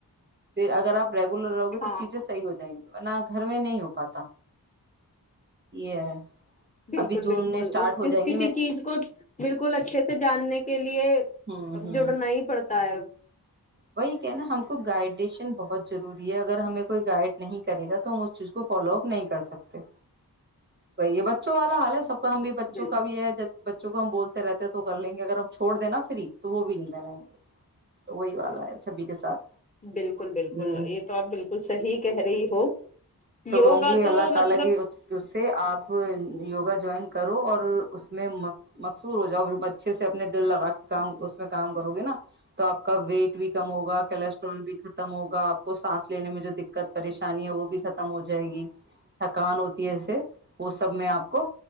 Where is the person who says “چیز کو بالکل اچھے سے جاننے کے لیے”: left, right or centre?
Left